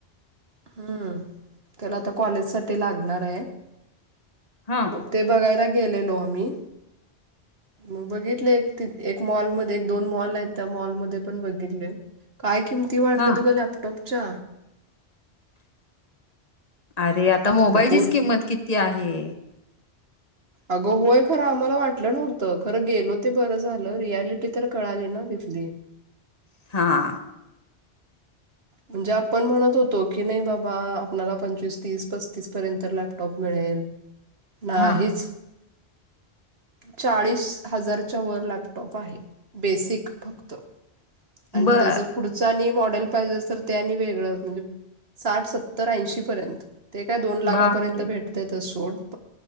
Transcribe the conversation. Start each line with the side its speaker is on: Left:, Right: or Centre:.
Right: हम्म त्याला आता कॉलेज साठी लागणार हाय
Left: हा
Right: ते बघायला गेलेलो आम्ही मग बघितले त एक मॉलमध्ये एक-दोन मॉल आहेत त्या मॉलमध्ये पण बघितले काय किंमती वाढल्यात
Left: हा
Right: ग लॅपटॉपच्या
Left: अरे आता मोबाईलचीच
Right: भरपूर
Left: किंमत किती आहे
Right: अगं होय खरं आम्हाला वाटलं नव्हत खर गेलो ते बर झाल रियालिटी तर कळाली ना तिथली
Left: हा
Right: म्हणजे आपण म्हणत होतो की नाही बाबा आपनाला पंचवीस- तीस -पस्तीस पर्यंत तर लॅपटॉप मिळेल ना
Left: हा
Right: हेच चाळीस हजारच्या वर लॅपटॉप आहे बेसिक फक्त. आणि
Left: बर
Right: त्याचं पुढचं आणि मॉडेल पाहिजे असेल तर त्यानी वेगळंच म्हणजे साठ सत्तर ऐंशी पर्यंत. ते काय दोन लाखापर्यंत
Left: बापरे
Right: भेटत. तर सोड